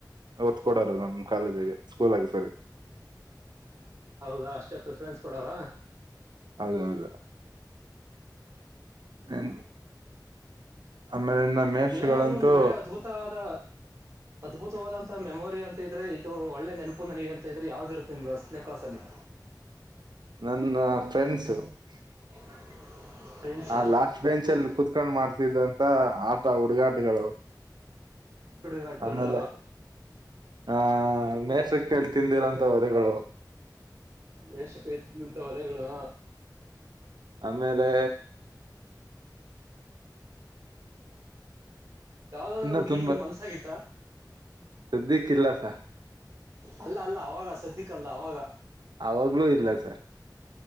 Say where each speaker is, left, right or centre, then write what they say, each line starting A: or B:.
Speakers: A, on the right (about 70°); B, on the right (about 35°).
A: ಒತ್ ಕೊಡೋರು ನನ್ ನಮ್ ಕಾಲೇಜಗೆ ಸ್ಕೂಲಾಗೆ ಸೋರಿ
B: ಹೌದಾ ಅಷ್ಟೇ ಪ್ರಿಫರೆನ್ಸ್ ಕೊಡೋರ.
A: ಹೌದೌದು <unintelligible> ಆಮೇಲೆ ನನ್ನ ಮೇಷ್ಟ್ರುಗಳಂತೂ
B: ಏನಾದ್ರೂ ಒಂದು ಒಳ್ಳೆ ಅದ್ಭುತವಾದ ಅದ್ಭುತವಾದಂತಹ ಮೆಮೊರಿ ಅಂತ ಇದ್ರೆ ಇದು ಒಳ್ಳೆ ನೆನಪ ಪ್ಪು ನನಗೆ ಎಂತ ಇದ್ರೆ ಯಾವ್ದದ ಇರುತ್ತೆ ನಿಮಗೆ ಹತ್ತನೇ ಕ್ಲಾಸಲ್ಲಿ
A: ನನ್ನ ಫ್ರೆಂಡ್ಸು <inaudible>
B: <inaudible> ಫ್ರೆಂಡ್ಸಾ
A: ಹ ಲಾಸ್ಟ್ ಬೆಂಚ್ ಅಲ್ಲಿ ಕುೂತ್ಕೊಂಡ್ ಮಾಡ್ತಿದ್ದ ಮತ್ತ ಆಟ ಉಡುಗಾಟಗಳು
B: ಸುಡುಗಾಟಗಳು
A: ಆಮೇಲೆ ಆಹ ಮೇಷ್ಟ್ರಕ್ಕೆಲ್ಲಿ ತಿಂದಿರುವೋಂತ ವಧೆಗಳು
B: ವೇಷಕ್ಕೆ ನಿಂತ ವಧೆಗಳು
A: ಆಮೇಲೆ
B: ಯಾವ್ದದಾದ್ರು
A: ಇನ್ನ
B: ಹುಡ್ಗಿ
A: ತುಂಬಾ
B: ನೋಡಿ ಮನ್ಸ ಆಗಿತ್ತ
A: ಸದ್ಯಕ್ಕಿಲ್ಲ ಸರ್
B: ಅಲ್ಲ ಅಲ್ಲ ಅವಾಗ ಸದ್ಯಕ ಈಗ ಅಲ್ಲ ಅವಾಗ
A: ಅವಾಗ್ಲೂ ಇಲ್ಲ ಸರ್